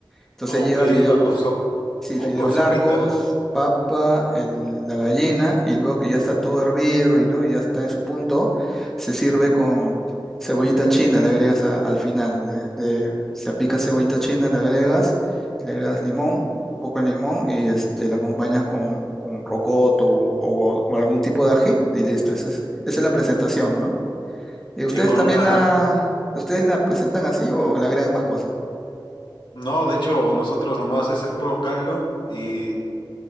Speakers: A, in the centre; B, on the left.
A: Entonces
B: Ok,
A: lleva
B: ya
A: fideo,
B: iba con sop-
A: sí,
B: con,
A: fideos
B: con sopita.
A: largos, papa, el- la gallina, y luego que ya está todo hervido y no, y ya está en su punto, se sirve con cebollita china, le agregas a- al final. le- le- se apica cebollita china, le agregas, le agregas limón, un poco de limón, y este la acompañas con, con rocoto o, o- o algún tipo de ají, y listo, esa es, esa es la presentación, ¿no? ¿Y ustedes
B: Y con
A: también
B: una...
A: la, ustedes la presentan así o le agregan más cosas?
B: No, de hecho, nosotros nomás es el puro caldo y